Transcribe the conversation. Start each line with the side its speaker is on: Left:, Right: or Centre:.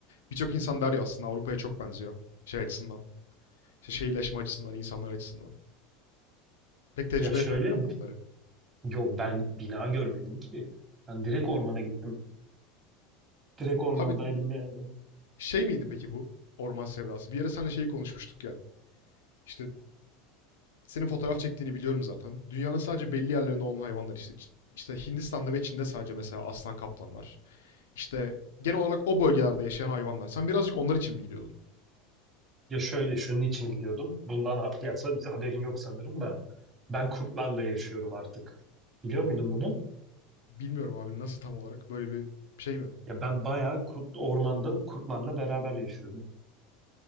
Left: Birçok insan der ya aslında Avrupa'ya çok benziyor. Şey açısından. İşte şehirleşme açısından, insanlar açısından. Pek tecrübe
Right: Ya şöyle,
Left: etmedin herhalde bunları.
Right: yok ben bina görmedim ki. Ben direkt ormana gittim. Direkt ormandaydım
Left: Abi
Right: yani.
Left: şey miydi peki bu? Orman sevdası. Bir yere seninle şeyi konuşmuştuk ya. İşte Senin fotoğraf çektiğini biliyorum zaten. Dünyanın sadece belli yerlerinde olan hayvanlar işte. İşte Hindistan'da ve Çin'de sadece mesela aslan kaplan var. İşte genel olarak o bölgelerde yaşayan hayvanlar. Sen birazcık onlar için mi gidiyordun?
Right: Ya şöyle, şunun için gidiyordum. Bundan ha- ya, sa- haberin yok sanırım da. Ben kurtlarla yaşıyorum artık. Biliyor muydun bunu?
Left: Bilmiyorum abi nasıl tam olarak böyle bir şey mi?
Right: Ya ben bayağı kurt, ormanda kurtlarla beraber yaşıyorum.